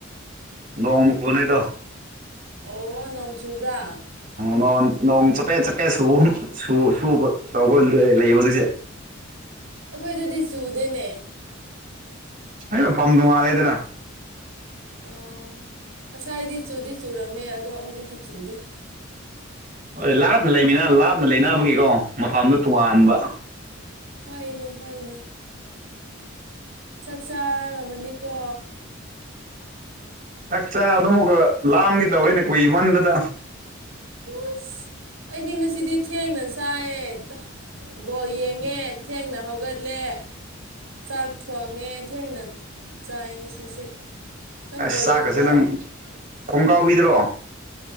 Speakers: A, on the right; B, on the right.
A: ꯅꯣꯡ ꯃꯈꫭꯟꯅꯩꯗꯣ
B: ꯑꯣ ꯅꯣꯡ ꯆꯨꯕ꯭ꯔꯥ
A: ꯅꯣꯡ ꯅꯣꯡ ꯆꯄꯦꯠ ꯆꯄꯦꯠ ꯁꯨꯕ ꯁꯨꯕ ꯇꯧꯕ ꯂꯩꯌꯦ ꯍꯧꯖꯤꯛꯁꯦ
B: ꯑꯩꯈꯣꯏꯗꯗꯤ ꯆꯨꯗꯦꯅꯦ꯫ <unintelligible>
A: ꯑꯩ ꯃꯐꯝ ꯇꯣꯡꯉꯥꯜꯂꯦꯗꯅ
B: ꯑꯣ ꯉꯁꯥꯏꯗꯤ ꯆꯨꯗꯤ ꯆꯨꯔꯝꯃꯦ ꯑꯗꯣ ꯍꯧꯖꯤꯛꯇꯤ ꯆꯨꯗꯦ꯫
A: ꯍꯣꯏ ꯂꯥꯞꯅ ꯂꯩꯃꯤꯅ ꯂꯥꯞꯅ ꯂꯩꯅꯕꯒꯤꯀꯣ ꯃꯐꯝꯗ ꯇꯣꯉꯥꯟꯕ
B: ꯍꯣꯏ ꯍꯣꯏꯅꯦ ꯍꯣꯏꯅꯦ꯫ ꯆꯥꯛ ꯆꯥꯔꯝꯃꯅꯤꯀꯣ
A: ꯆꯥꯛꯆꯥ ꯑꯗꯨ ꯑꯃꯨꯀ ꯂꯥꯝꯒꯤ ꯇꯧꯔꯦꯅꯦ ꯀꯨꯏꯃꯟꯅꯗ
B: ꯑꯁ ꯑꯩꯗꯤ ꯉꯁꯤꯗꯤ ꯊꯦꯡꯅ ꯆꯥꯏꯌꯦ꯫ ꯕꯣꯜ ꯌꯦꯡꯉꯦ ꯊꯦꯡꯅ ꯍꯧꯒꯠꯂꯦ ꯆꯥꯛ ꯊꯣꯡꯉꯦ ꯊꯦꯡꯅ ꯆꯥꯏ ꯉꯁꯤꯁꯦ ꯅꯪ
A: ꯑꯁ
B: ꯕꯣꯜ
A: ꯆꯥꯛꯀꯁꯦ
B: ꯌꯦꯡꯗ꯭ꯔꯣ
A: ꯅꯪ ꯈꯣꯡ ꯀꯥꯎꯕꯤꯗ꯭ꯔꯣ